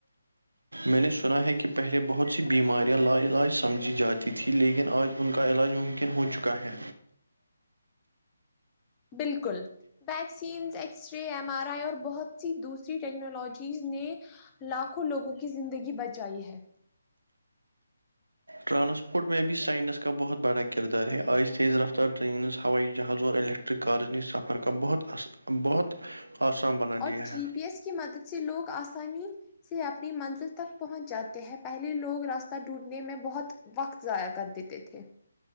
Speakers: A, on the right (about 75°); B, on the left (about 20°).
A: میں نے سنا ہے کہ پہلے بہت سی بیماریاں لا علاج سمجھی جاتی تھی لیکن آج ان کا علاج مم کن ہو چکا ہے
B: بالکل but vaccines x ray M R I اور بہت سی دوسری ٹیکنالوجیز نے لاکھوں لوگوں کی زندگی بچائی ہے
A: ٹرانسپورٹ میں بھی سائنس کا بہت بڑا کردار ہے آج تیز رفتار ٹرینز ہوائی جہاز اور الک ٹرک کارز سفر کا بہت ا بہت آسان بنا
B: اور
A: دیا
B: جی
A: ہے
B: پی ایس کی مدد سے لوگ آسانی سے اپنی منزل تک پہنچ جاتے ہیں پہلے لوگ راستہ ڈھونڈنے میں بہت وقت ضائع کر دیتے تھے